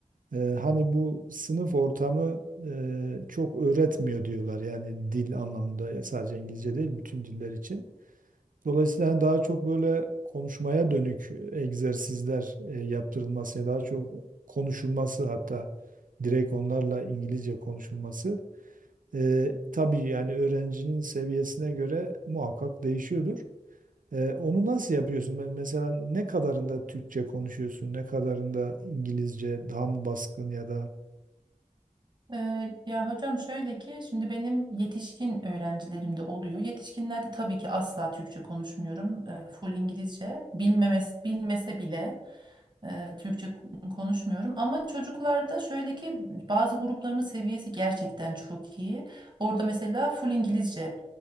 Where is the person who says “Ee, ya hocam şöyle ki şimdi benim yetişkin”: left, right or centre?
Right